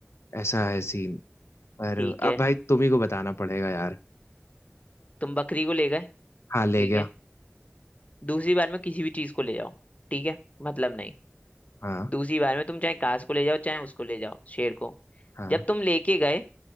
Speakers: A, on the left (about 80°); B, on the left (about 35°).
A: ऐसा है सीन पर
B: ठीक
A: अब
B: है
A: भाई तुम ही को बताना पड़ेगा यार
B: तुम बकरी को ले गए
A: हाँ ले
B: ठीक
A: गया
B: है दूसरी बार में किसी भी चीज को ले जाओ ठीक है मतलब नहीं
A: हाँ
B: दूसरी बार में तुम चाहे घास को ले जाओ चाहे उसको ले जाओ शेर को
A: हाँ
B: जब तुम लेके गए